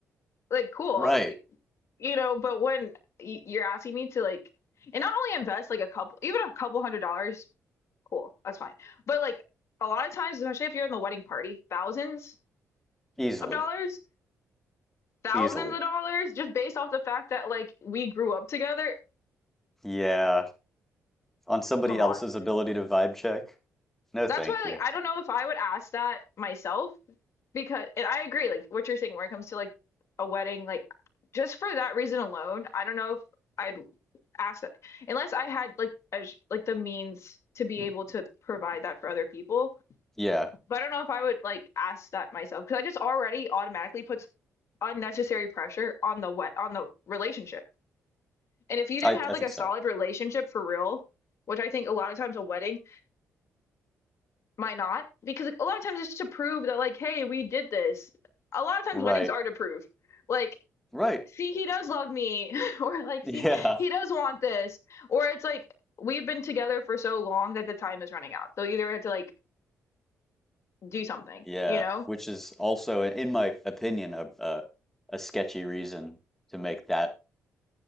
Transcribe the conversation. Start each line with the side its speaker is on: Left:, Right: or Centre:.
Left: Like, cool.
Centre: Right.
Left: Like, you know, but when y- you're asking me to like, and not only invest like a couple, even a couple hundred dollars, cool, that's fine. But like a lot of times, especially if you're in the wedding party, thousands
Centre: Easily.
Left: of dollars, thousands
Centre: Easily.
Left: of dollars, just based off the fact that like we grew up together.
Centre: Yeah. On somebody
Left: Come
Centre: else's
Left: on.
Centre: ability to vibe check? No,
Left: That's
Centre: thank
Left: why, like,
Centre: you.
Left: I don't know if I would ask that myself Because and I agree, like what you're saying, where it comes to like a wedding, like just for that reason alone, I don't know if I'd ask that unless I had like a, sh- like the means to be able to provide that for other people.
Centre: Yeah.
Left: But I don't know if I would like ask that myself because I just already automatically puts unnecessary pressure on the wet on the relationship. And if you didn't
Centre: I,
Left: have
Centre: I
Left: like
Centre: think
Left: a
Centre: so.
Left: solid relationship for real, which I think a lot of times a wedding might not, because like, a lot of times it's to prove that like, hey, we did this. A lot of times
Centre: Right.
Left: weddings are to prove. Like
Centre: Right.
Left: see, he does love me, <laughs> or like,
Centre: <laughs> Yeah.
Left: see, he does want this, or it's like we've been together for so long that the time is running out. So either we have to like do something,
Centre: Yeah.
Left: you know?
Centre: Which is also, in my opinion, a, a, a sketchy reason to make that